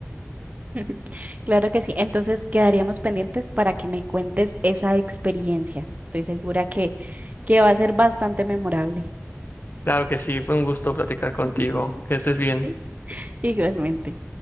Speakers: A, on the right (about 35°); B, on the left (about 45°).
A: <laughs> Claro que sí. Entonces quedaríamos pendientes para que me cuentes esa experiencia. Estoy segura que, que va a ser bastante memorable.
B: Claro que sí, fue un gusto platicar contigo.
A: <laughs>
B: Que estés bien.
A: Sí, Igualmente.